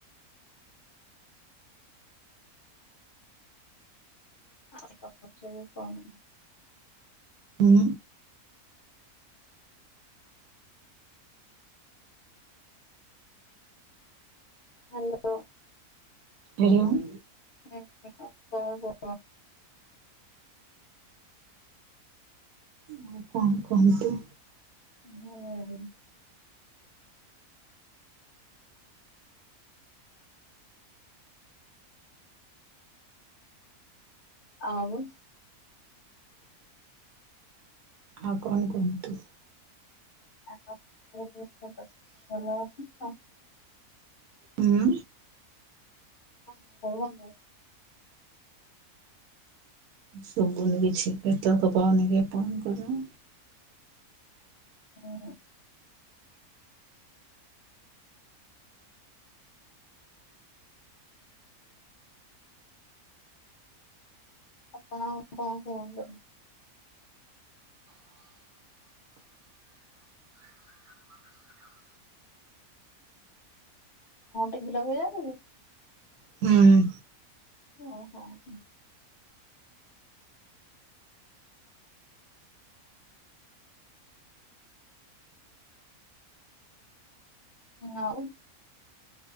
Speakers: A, on the left (about 55°); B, on the right (about 80°).
A: ଆଉ <inaudible> ସବୁ କଣ?
B: ହୁଁ।
A: ହାଲୋ।
B: ହରି ଓମ୍।
A: ହୁଁ ଆ ଆଉ କଁ?
B: ଆଉ କଣ କୁହନ୍ତୁ?
A: ମୁଁ <unintelligible> ଆଉ?
B: ଆଉ କଣ କୁହନ୍ତୁ।
A: <unintelligible>
B: ହୁଁ?
A: <unintelligible>
B: ସୁବୁନି କିଛି ନେଟୁଆର୍କ ପାଉନି କି ଆପଣଙ୍କ ର?
A: ହଁ ହଁ ଆପଣ ଆଉ କଣ କୁହନ୍ତୁ? ଟିଭି ଲଗେଇବାନି କି?
B: ହୁଁ
A: ଓ ହଁ ହୁଁ। ଆଉ